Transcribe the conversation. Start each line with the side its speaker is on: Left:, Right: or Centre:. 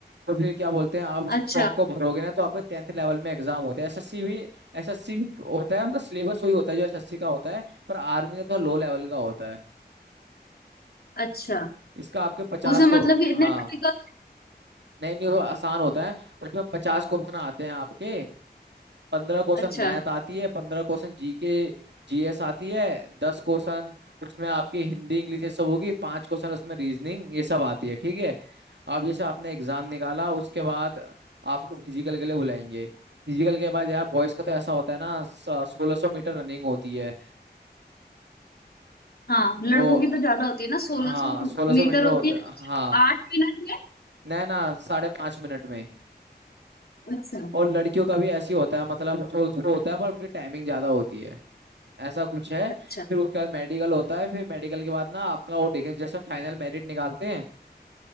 Right: तो फिर क्या बोलते हैं आप उस
Left: अच्छा
Right: फॉर्म को भरोगे ना तो आपके टेंथ लेवल में एग्जाम होते हैं एसएससी भी एसएससी भी होता है मतलब सिलेबस वही होता है जो एसएससी का होता है पर आर्मी का थोड़ा लो लेवल का होता है
Left: अच्छा
Right: इसका आपके पचास
Left: उसे
Right: को
Left: मतलब कि इतने
Right: हाँ
Left: टिपिकल
Right: नहीं नहीं वो आसान होता है उसमें पचास क्वेश्चन आते हैं आपके पंद्रह क्वेश्चन
Left: अच्छा
Right: मैथ आती है पंद्रह क्वेश्चन जी के जीएस आती है दस क्वेश्चन उसमें आपकी हिंदी इंग्लिश ये सब होगी पांच क्वेश्चन उसमें रीजनिंग ये सब आती है ठीक है अब जैसे आपने एग्जाम निकाला उसके बाद आपको फिजिकल के लिए बुलाएंगे फिजिकल के बाद यार बॉयज का तो ऐसा होता है ना सोलह सौ मीटर रनिंग होती है
Left: हाँ
Right: ओ
Left: लड़कों की तो ज्यादा होती है ना सोलह
Right: हाँ
Left: सौ
Right: सोलह सौ
Left: मीटर
Right: मीटर होता
Left: होती है
Right: है हाँ
Left: आठ मिनट
Right: ना ना साढ़े पाँच मिनट में
Left: में अच्छा
Right: और लड़कियों का भी ऐसी होता है मतलब सोलह सौ होता है पर उनकी टाइमिंग ज्यादा होती है ऐसा कुछ है
Left: अच्छा
Right: फिर उसके बाद मेडिकल होता है फिर मेडिकल के बाद ना आपका वो देखें जैसे फाइनल मेरिट निकालते हैं